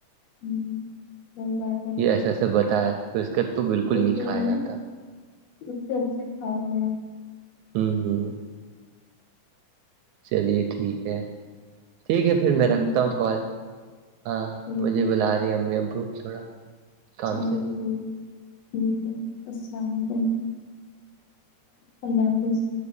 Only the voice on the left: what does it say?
<unintelligible>
اس
سے
بنے
اس سے اچھا کاؤ گ <unintelligible>
ٹھیک
ہے
ٹھیک
ہے
ٹھیک
ہے ٹھیک ٹھیک ہے السلام علیکم اللہ حافظ <unintelligible>